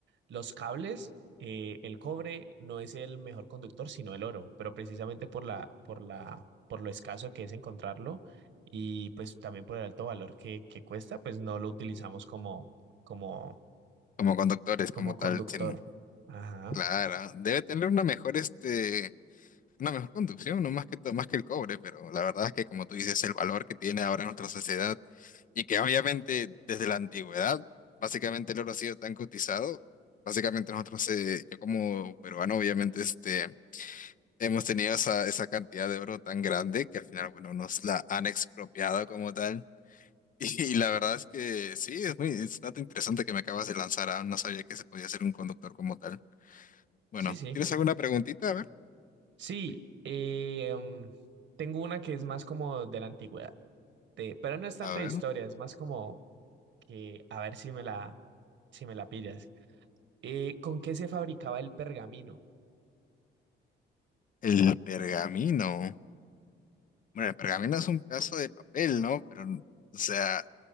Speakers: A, on the right; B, on the left.
A: Los cables, eh, el cobre no es el mejor conductor, sino el oro, pero precisamente por la, por la, por lo escaso que es encontrarlo y pues también por el alto valor que, que cuesta, pues no lo utilizamos como, como,
B: como conductores,
A: como
B: como
A: conductor.
B: tal, sin-
A: Ajá.
B: claro. Debe tener una mejor este una mejor conducción, no más que, to- más que el cobre, pero la verdad es que como tú dices, el valor que tiene ahora nuestra sociedad y que obviamente desde la antigüedad, básicamente el oro ha sido tan cotizado, básicamente nosotros, eh, yo como peruano, obviamente este, hemos tenido esa, esa cantidad de oro tan grande que al final, bueno, nos la han expropiado como tal. <laughs> Y, y la verdad es que sí, es muy, es un dato interesante que me acabas de lanzar, ah, no sabía que se podía ser un conductor como tal. Bueno,
A: Sí, sí.
B: ¿tienes alguna preguntita? A ver.
A: Sí, eh, em, tengo una que es más como de la antigüedad, de- pero no es tanto
B: A ver.
A: de historia, es más como que a ver si me la, si me la pillas. Eh, ¿con qué se fabricaba el pergamino?
B: El pergamino. Bueno, el pergamino es un pedazo de papel, ¿no? Pero, o sea,